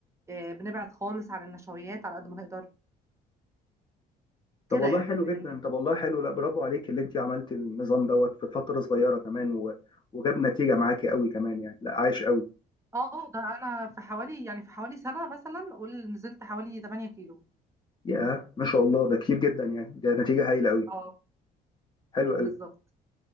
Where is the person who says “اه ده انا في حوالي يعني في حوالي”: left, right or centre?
Right